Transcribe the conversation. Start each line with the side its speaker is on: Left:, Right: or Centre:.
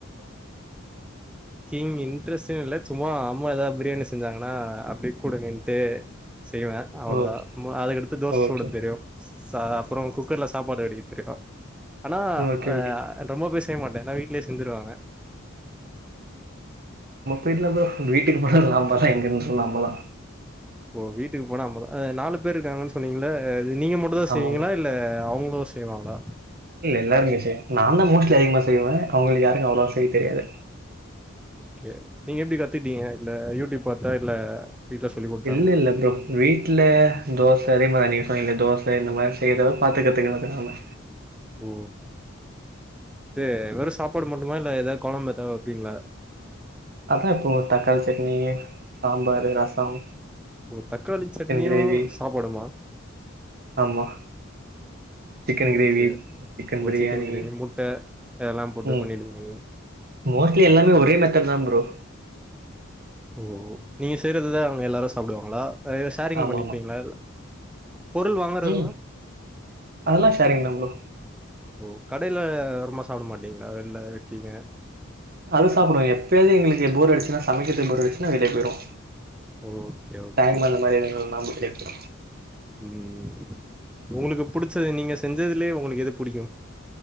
Centre: சிங் இன்ட்ரஸ்ட்னு இல்ல சும்மா அம்மா ஏதா பிரியாணி செஞ்சாங்கன்னா அப்டி கூட நின்ட்டு செய்வே அவ்வளோதா
Right: ஓகே
Centre: அதுக்கடுத்து தோச
Right: ஓகே
Centre: சுட தெரியு அப்புறம் குக்கர்ல சாப்பாடு வடிக்க தெரியு ஆனா
Right: ஓகே
Centre: ஆ
Right: ஓகே
Centre: ரொம்ப பே செய்ய மாட்டே எல்லா வீட்லயே செஞ்சுருவாங்க
Right: வீட்ல ப்ரோ வீட்டுக்கு போனாலு நம்பதா இங்கருந்தாலு நம்ப தா
Centre: ஓ வீட்டுக்கு போனா அம்ப அ நாலு பேர் இருக்காங்கன்னு சொன்னீங்கல நீங்க மட்டும்தா
Right: ஆமாங்க
Centre: செய்வீங்களா இல்ல அவங்களு செய்வாங்களா
Right: இல்ல எல்லாருமே செய்யு நான் தா மோஸ்ட்லி அதிகமா செய்வே அவங்களுக்கு யாருக்கு அவ்வளவா செய்ய தெரியாது
Centre: சேர் நீங்க எப்டி கத்திட்டீங்க இல்ல யூடியூப் பாத்தா இல்ல வீட்ல சொல்லி குடுத்தாங்களா
Right: இல்ல இல்ல ப்ரோ வீட்ல தோச அதே மாரிதா நீங்க சொன்னிங்கள தோ ச இந்த மாரி செய்றதுலா பாத்து கத்துக்றது தா நாம
Centre: ஓ இது வெறு சாப்பாடு மட்டுமா இல்ல ஏதா கொழம்பு எதா வப்பீங்களா
Right: அதா இப்போ தக்காளி சட்னி சாம்பாரு ரசம்
Centre: ஒ தக்காளி
Right: சிக்கன்
Centre: சட்னியு
Right: கிரேவி
Centre: சாப்பாடுமா
Right: ஆமா சிக்கன்
Centre: ஓகே
Right: கிரேவி சிக்கன்
Centre: ஓ
Right: பிரியாணி
Centre: கிரேவி முட்ட இதெல்லா போட்டு
Right: ம்
Centre: பண்ணிடுவீங்க நீங்க
Right: மோஸ்ட்லி எல்லாமே
Centre: ஓகே
Right: ஒரே மெத்தட் தான் ப்ரோ
Centre: ஓ நீங்க செய்ரதுதா அவங்க எல்லாரு சாப்டுவாங்களா இ ஷேரிங்
Right: ஆமாமா.
Centre: பண்ணிப்பீங்களா பொருள் வாங்கறதுங்ளா
Right: ம் அதெல்லாம் ஷேரிங் தான் ப்ரோ.
Centre: ஓ கடைல வருமா சாப்பிட மாட்டீங்களா வெளில இருக்கீங்க
Right: அது சாப்டுவோ எப்போயாது எங்களுக்கு போர் அடிச்சுன்னா சமைக்கிறதுக்கு போர் அடிச்சுன்னா வெளிய போயிடுவோ
Centre: ஓகே ஓகே
Right: டைம் அந்த மாரி எதனா ஒரு நாள் <unintelligible>
Centre: ம் உங்களுக்கு புடிச்சது நீங்க செஞ்சதுலயே உங்களுக்கு எது புடிக்கும்